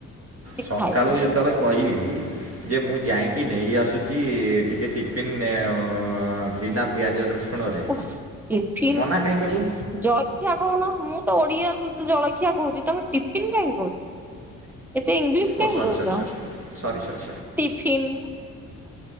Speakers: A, in the centre; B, on the right (about 35°).
A: ସେ
B: ସକାଳୁ
A: ଖାଇବିନି
B: ଯେତେବେଳେ କହିଲି ଯେ ମୁଁ ଯାଇଁକି ନେଇ ଆସୁଚି ଟିକେ ଟିଫନ୍ ଆଁ ବିନା ପିଆଜ ରସୁଣରେ
A: ଓଃ ଟିଫିନ୍
B: ମନା କାଇଁ କଲୁ?
A: ଜଳଖିଆ କହୁନ ମୁଁ ତ ଓଡିଆ ସୁଧୁ ଜଳଖିଆ କହୁଚି ତମେ ଟିଫିନ୍ କାହିଁକି କହୁଚ? ଏତେ ଇଂଲିଶ
B: ଓ
A: କାଇଁ
B: ସରି
A: କହୁଚ
B: ସରି ସରି ସରି ସରି
A: ଟିଫିନ୍। ହ